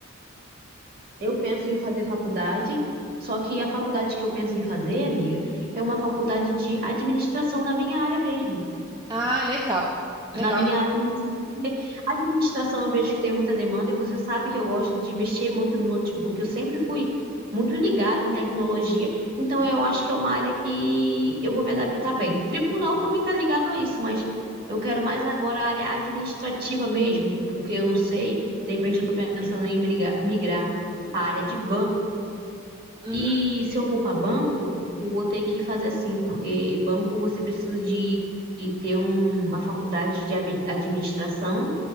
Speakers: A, on the right; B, on the right.
A: Eu penso em fazer faculdade, só que a faculdade que eu penso em fazer, amiga, é uma faculdade de administração na minha área mesmo.
B: Ah, legal. Legal.
A: Na minha área, porque a administração eu vejo que tem muita demanda e você sabe que eu gosto de mexer muito no notebook. Eu sempre fui muito ligada em tecnologia, então eu acho que é uma área que eu vou me adaptar bem. Tribunal também está ligado a isso, mas eu quero mais agora a área administrativa mesmo, porque eu não sei, de repente eu estou pensando em migrar, migrar para a área de banco.
B: Uhum.
A: E se eu for para banco, eu vou ter que fazer assim, porque banco você precisa de e ter um- uma faculdade de ami- administração